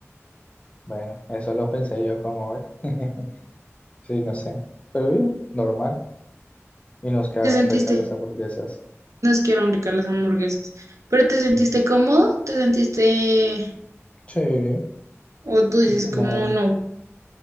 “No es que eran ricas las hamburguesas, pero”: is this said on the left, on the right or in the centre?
Right